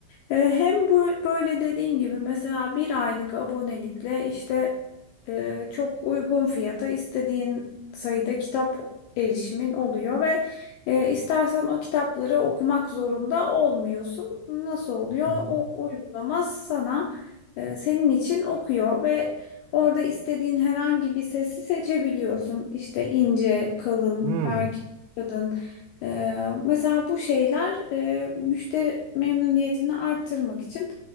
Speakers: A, on the left (about 85°); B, on the right (about 85°).
A: E, hem bu, böyle dediğin gibi mesela bir aylık abonelikle işte e, çok uygun fiyata istediğin sayıda kitap erişimin oluyor ve e, istersen o kitapları okumak zorunda olmuyorsun. Nasıl oluyor?
B: Hı hı.
A: O uygulama sana e, senin için okuyor ve Orada istediğin herhangi bir sesi seçebiliyorsun. İşte ince, kalın,
B: Hmm.
A: erkek, kadın. Ee, mesela bu şeyler e, müşteri memnuniyetini arttırmak için